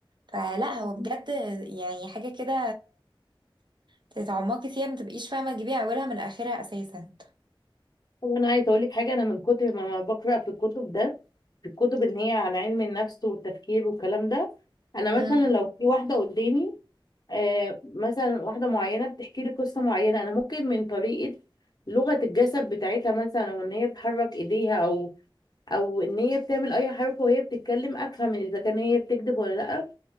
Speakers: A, on the right (about 60°); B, on the left (about 50°).
A: فلا هو
B: اه
A: بجد يعني حاجة كده تتعمقي فيها ما تبقيش فاهمة تجيبي أولها من آخرها أساسا
B: طب انا عايزه اقول لك حاجه انا من كتر ما ما بقرا في الكتب ده في الكتب ان هي على علم النفس والتفكير والكلام ده انا
A: مم.
B: مثلا لو في واحده قدامي آه مثلا واحده معينه بتحكي لي قصه معينه انا ممكن من طريقه لغه الجسد بتاعتها مثلا وان هي بتحرك ايديها او او ان هي بتعمل اي حركه وهي بتتكلم افهم اذا كان هي بتكذب ولا لا